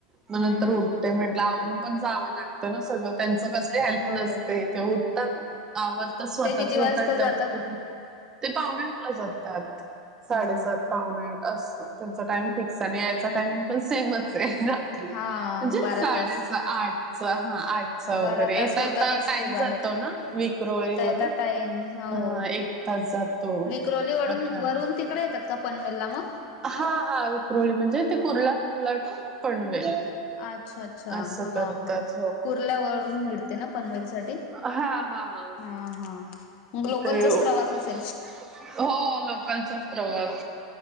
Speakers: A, on the right; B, on the left.
A: म
B: हम्म
A: नंतर उठतो. ते म्हंटलं आवरून पण जावं लागतं ना सगळं त्यांच कसले हेल्प
B: हो
A: नसते ते उठतात. आवरतात स्वतःच
B: ते किती
A: स्वतः
B: वाजता
A: डब
B: जातात
A: ते पाहुणे आठ ला जातात. साडेसात
B: हा का?
A: पावणे आठ अस त्यांचा टाइम
B: हा
A: फिक्स हाय आणि यायचा टायमिंग पण सेमच हाय
B: हा
A: म्हणजे
B: बारा
A: साडे
B: तास
A: सहा आठ हा आठ सहा
B: बारा
A: वगैरे
B: तास
A: येेता
B: होतातच
A: येता टाइम
B: ते बाहेर
A: जातो ना विकरोळी
B: येता
A: वरून
B: येता टाईम हो
A: हा एक तास जातो
B: विक्रोली वडून
A: <inaudible>
B: वरून तिकडे येतात का पनवेलला म
A: हा हा विक्रोळी म्हणजे ते कुर्लापुराला टू पनवेल
B: अच्छा अच्छा
A: असं करतात
B: हा हो कुर्ल्यावरून मिळते ना पनवेल साठी
A: हा हा हा
B: हा हा मग लोकलचाच
A: ते हो
B: प्रवास असेल
A: लोकलचाच प्रवास